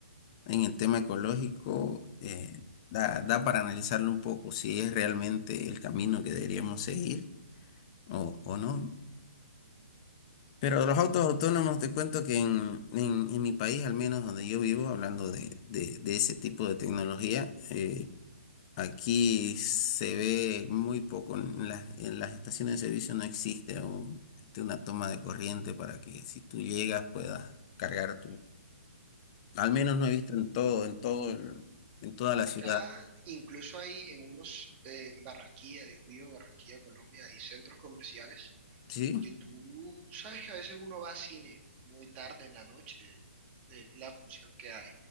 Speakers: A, on the left; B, on the right.
A: en el tema ecológico, eh, da, da para analizarlo un poco si es realmente el camino que deberíamos seguir o, o no. Pero los autos autónomos, te cuento que en, en- en mi país, al menos donde yo vivo, hablando de, de- de ese tipo de tecnología, eh, aquí se ve muy poco. En las, en las estaciones de servicio no existe un- este, una toma de corriente para que si tú llegas puedas cargar tu... Al menos no he visto en todo, en todo, el- en toda la ciudad,
B: Acá incluso hay en unos, eh, en Barranquilla, yo vivo Barranquilla, Colombia, hay centros comerciales
A: ¿sí?
B: que tú sabes que a veces uno va a cine muy tarde en la noche, eh, la función que hay,